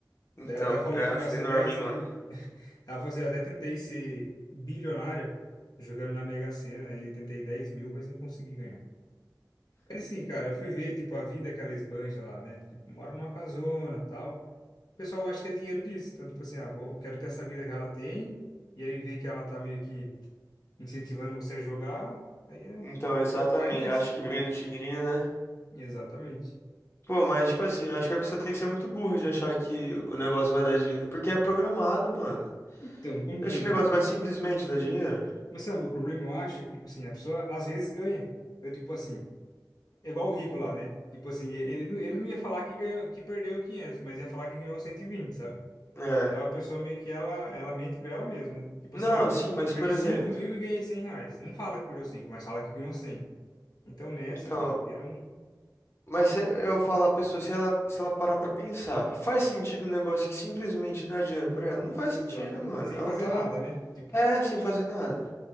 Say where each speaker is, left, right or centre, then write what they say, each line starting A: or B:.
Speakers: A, on the left (about 35°); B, on the left (about 65°).
A: Então,
B: Daí Ela até falou
A: é
B: que
A: assim
B: gastou
A: enorme,
B: dez
A: hein, mano.
B: mil. <laughs> Ela falou assim, eu até tentei ser bilionária jogando na Mega Sena, aí eu tentei dez mil, mas não consegui ganhar. Mas assim, cara, eu fui ver, tipo, a vida que ela esbanja lá, né? Tipo, mora numa casona, tal. O pessoal acha que é dinheiro disso. Então, tipo assim, ah, vou, eu quero ter essa vida que ela tem, e aí ver que ela tá meio que incentivando você a jogar, aí é,
A: Então, exatamente.
B: ou cai nessa,
A: Acho
B: né?
A: que veio do tigrinho, né?
B: Exatamente.
A: Pô, mas, tipo assim, eu acho que a pessoa tem que ser muito burra de achar que o negócio vai dar dinheiro. Porque é programado, mano.
B: Então, como
A: Você
B: que
A: acha
B: não...
A: que o negócio vai simplesmente dar dinheiro?
B: Mas sabe, o problema, eu acho, é que, tipo assim, a pessoa às vezes ganha. Eu, tipo assim... É igual o rico lá, né? Tipo assim, ele, ele não ia falar que ganhou, que perdeu 500, mas ia falar que ganhou 120, sabe?
A: É.
B: Então a pessoa meio que ela, ela mente pra ela mesma, né? Tipo
A: Não,
B: assim, ah,
A: sim, mas,
B: perdi
A: por
B: cinco
A: exemplo.
B: mil e ganhei cem reais. Não fala que perdeu 5, mas fala que ganhou 100. Então nessa,
A: Então,
B: cara, vira um...
A: mas se eu falar a pessoa, se ela, se ela parar pra pensar, faz sentido um negócio que simplesmente dá dinheiro pra ela? Não faz
B: Exatamente.
A: sentido, mano.
B: Sem
A: Ela
B: fazer
A: não tá.
B: nada, né? Tipo,
A: É, sem fazer nada.